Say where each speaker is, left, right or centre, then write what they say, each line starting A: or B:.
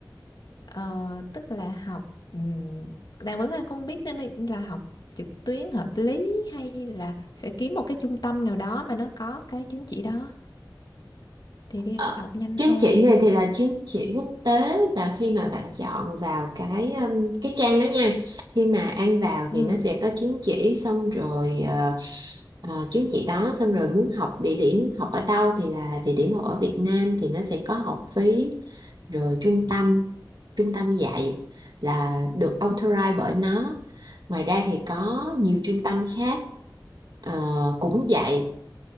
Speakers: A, on the left; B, on the right.
A: Ờ, tức là học ừm, đang vẫn đang không biết nên là là học trực tuyến hợp lý hay là sẽ kiếm một cái trung tâm nào đó mà nó có cái chứng chỉ đó thì đi
B: Ờ,
A: học nhanh
B: chứng
A: hơn.
B: chỉ này thì là chứng chỉ quốc tế và khi mà bạn chọn vào cái um, cái trang đó nha khi mà An vào
A: Ừ.
B: thì nó sẽ có chứng chỉ xong rồi ờ, Ờ, chứng chỉ đó xong rồi muốn học địa điểm học ở đâu thì là địa điểm học ở Việt Nam thì nó sẽ có học phí rồi trung tâm trung tâm dạy là được authorize bởi nó ngoài ra thì có nhiều trung tâm khác ờ, cũng dạy